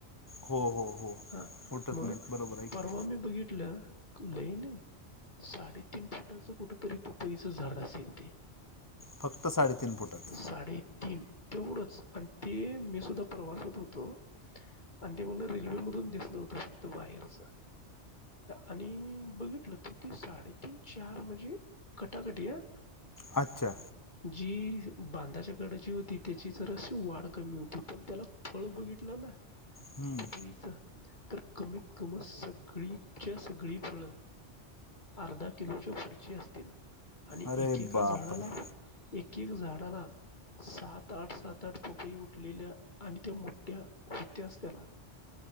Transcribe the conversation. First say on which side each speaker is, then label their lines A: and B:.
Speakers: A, on the left; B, on the left.
A: हो हो हो
B: हा
A: फुटत
B: मग
A: नाहीत बरोबर आहे की
B: परवा मी बघितलं. लई नाही साडे तीन फुटाचं कुठ तरी पपईचं झाड असेल ते.
A: फक्त साडेतीन फुटात.
B: साडेतीन तेवढंच आणि ते मी सुद्धा प्रवासात होतो आणि ते मला रेल्वे मधून दिसलं होतं फक्त बाहेरच. आणि बघितलं तर ते साडेतीन, चार म्हणजे कटा कटी हं
A: अच्छा
B: जी बांधाच्याकडची होती त्याची जराशी वाढ कमी होती. पण त्याला फळं बघितलं ना
A: हम्म
B: पपईच तर कमीत कम सगळीच्या सगळी फळं अर्धा किलोच्या पुढचे असतील आणि
A: अरे
B: एकेका
A: बापरे
B: झाडाला‌ एक एक झाडला. सात, आठ सात, आठ पपई उठलेल्या आणि त्या मोठ्या होत्याच त्याला. <inaudible>